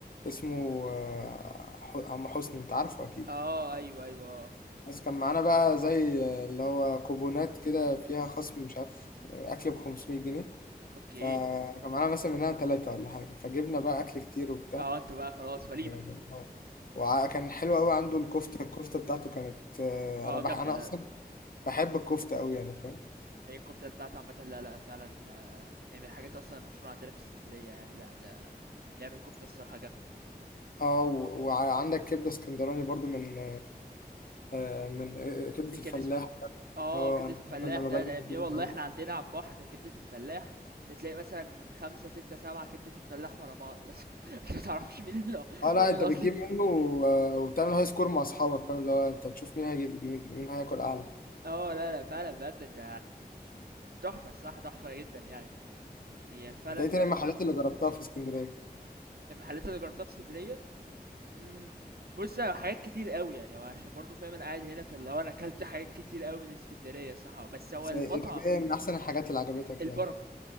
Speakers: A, on the left (about 60°); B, on the right (about 70°).
A: اسمه آه، ح- عم حسني انت عارفه اكيد
B: آه، أيوه، أيوه، آه،
A: بس كان معانا بقى زي آه، اللي هو كوبونات كده فيها خصم مش عارف آه، اكل ب 500 جنيه
B: أوكي.
A: فكان معانا مثلا منها ثلاثة ولا حاجة فجبنا بقى أكل كتير وبتاع
B: آه، أنتم بقى خلاص وليمة.
A: آه، وكان حلو قوي عنده الكفتة الكفتة بتاعته كانت آه،
B: آه،
A: أنا بح
B: جامدة
A: أنا
B: لأ،
A: أصلا بحب الكفتة قوي يعني فاهم
B: هي الكفتة بتاعته عامةً لأ، لأ، فعلًا آه، من من الحاجات أصلًا المشهورة عندنا في إسكندرية يعني لأ، ده بيعمل كفتة الصراحة جامدة.
A: اه و- وعندك كبدة اسكندراني برضو من آه، من آه، كبدة
B: إيه كان
A: الفلاح
B: اسمه آه،
A: اه
B: كبدة
A: انا
B: الفلاح
A: دايما لما
B: ده،
A: باجي
B: ده
A: بجيب
B: يا ابني والله
A: من عنده
B: إحنا عندنا على البحر كبدة الفلاح تلاقي مثلًا 5، 6، 7 كبدة الفلاح ورا بعض مثلًا، <laughs> أنت ما تعرفش مين ال
A: اه لا
B: مين
A: انت
B: الأصلي.
A: بتجيب منه
B: <laughs>
A: آه، وبتعمل هاي سكور مع اصحابك فاهم اللي هو انت تشوف مين هيجيب مين مين هياكل اعلى
B: آه، لأ، لأ، فعلًا بجد أنت تحفة الصراحة تحفة جدًا يعني. يعني فعلًا
A: انت ايه تاني المحلات اللي جربتها في اسكندريه
B: المحلات اللي جربتها في اسكندريه امم بص على حاجات كتير قوي يعني هو عشان برضو فاهم انا قاعد هنا فاللي هو انا اكلت حاجات كتير قوي من اسكندريه صح بس هو
A: زي
B: المطعم
A: ايه طب ايه من احسن الحاجات اللي عجبتك
B: البركه
A: يعني